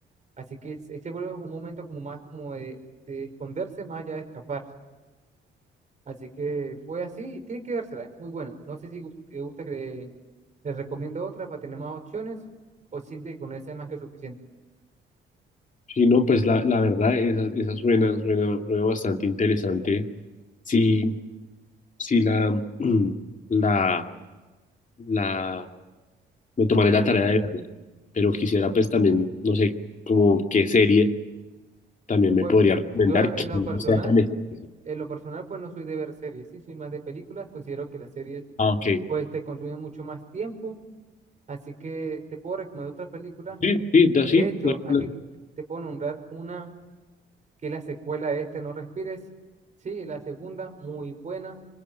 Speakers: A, on the right (about 35°); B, on the left (about 40°).
A: así que se se vuelve como un momento como más como de, de esconderse más allá de escapar. Así que fue así, y tiene que dársela, es muy buena. No sé si gus- te gusta que les recomiendo otra para tener más opciones o siente que con esa es más que suficiente.
B: sí, no, pues la, la verdad, esa, esa suena, suena, suena bastante interesante. Sí, Sí. Sí, la, <clears throat> la, la, me tomaré la
A: ¿sí?
B: tarea de verla, pero quisiera pues también, no sé, como qué serie también me
A: Pues
B: podría recomendar
A: yo en
B: que
A: lo
B: no
A: personal,
B: sea tan extensa.
A: en lo personal pues no soy de ver series, sí, soy más de películas, considero que las series
B: Ah, ok.
A: pues te consumen mucho más tiempo, así que te puedo recomendar otra película.
B: Sí, sí, da, sí,
A: De hecho,
B: no hay problema.
A: aquí te puedo nombrar una que es la secuela de este No Respires, sí, la segunda, muy buena.